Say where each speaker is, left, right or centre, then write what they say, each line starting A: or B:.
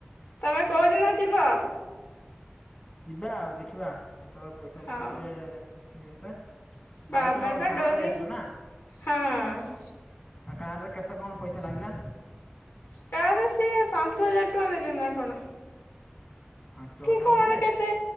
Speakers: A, on the left (about 85°); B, on the left (about 25°).
A: ତମେ କୋଉଦିନ ଯିବ?
B: ଯିବା ଆଉ ଦେଖିବା କେତେବେଳେ ପଇସା
A: ହଁ
B: ପତ୍ର ଟିକେ ଇଏଲା
A: ବାବାଙ୍କ
B: ଆଉ ତୁମ କାରରେ
A: ଡୋରି
B: ଯାଇଥିଲ ନା?
A: ହଁ।
B: କାରରେ କେତେ କଣ ପଇସା ଲାଗିଲା?
A: କାରରେ ସିଏ ପାଞ୍ଚ ହଜାର ଟଙ୍କା ନେଲେ ନା କଣ?
B: ପାଞ୍ଚ
A: କି
B: ହଜାର
A: କଣ
B: ନେଲେ
A: କେତେ